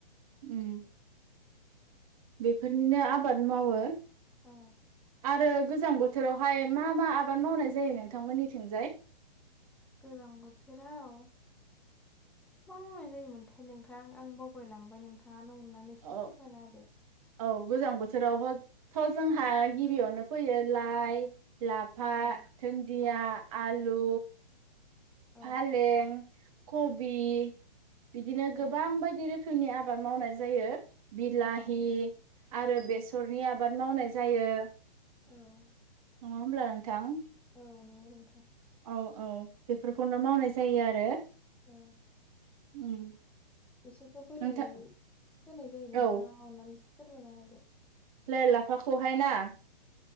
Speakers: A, on the right; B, in the centre.
A: उम बेफोरनिनो आबाद मावो
B: औ
A: आरो गोजां बोथोरावहाय मा मा आबाद मावनाय जायो नोंथांमोननिथिंजाय
B: गोजां बोथोराव मा मावनाय जायोमोनथाय नोंथां आं बावबायलांबाय नोंथाङानो अनानै एसे
A: अ
B: फोरमायना होदो
A: औ गोजां बोथोरावह'थ' जोंहा गिबियावनो फैयो लाइ लाफा
B: औ
A: धोनदिया
B: औ
A: आलु
B: औ
A: फालें कबि बिदिनो
B: औ
A: गोबां बायदि रोखो नि आबाद मावनाय जायो बिलाहि
B: औ
A: आरो
B: औ
A: बेस सरनि आबाद मावनाय जायो
B: औ
A: नङा होमब्ला नोंथां
B: औ नंगौ नोंथां
A: औ औ बेफोरखौनो मावनाय जायो आरो
B: औ
A: <unintelligible>
B: बेसरखौ बोरै
A: नोंथां
B: फोनाय जायो नोंथाङा
A: औ
B: अननानै एसे फोरमायना होदो
A: लाइ लाफाखौहाय ना